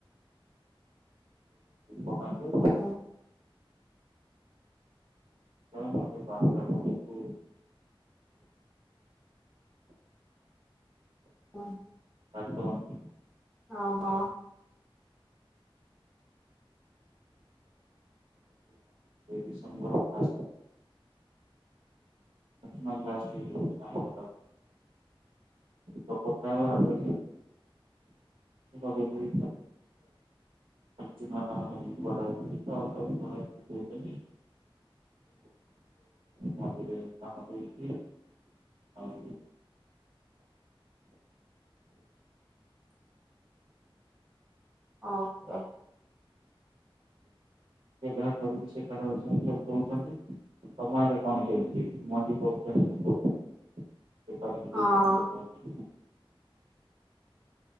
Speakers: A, on the right; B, on the right.
A: ପକାନ୍ତି
B: ହୁଁ।
A: ନହେଲେ ବାହୁଡ଼ା ବେଳକୁ
B: ହୁଁ।
A: କାଟ କରନ୍ତି
B: ଅ ହୋ।
A: ଡ଼ିସେମ୍ବର ଫାର୍ଷ୍ଟ ଲାଷ୍ଟିକ ଜଉ ଥିଲା ଲୋକ ପ୍ରାୟ ହାତରେ ଲଗେଇ ଦେଇ ଚୁନା ଧାନ ଧରିକି ଖଳା ହଉଛନ୍ତି ତ ତାକୁ ଖଳାରେ ଶୁଖଉଛନ୍ତି ମଣ୍ଡିରେ ଧାନ ଦଉଛି ଆଉ
B: ଓକେ।
A: ବ୍ୟବହାର ସେ ତାର ସେ ଦଉଛନ୍ତି। ତମ ଆଡେ କଣ କେମିତି ମଣ୍ଡି କରୁଛନ୍ତି? ବେପାରିକି
B: ହଁ।
A: ଦଉଛନ୍ତି ଲୋକ ତମ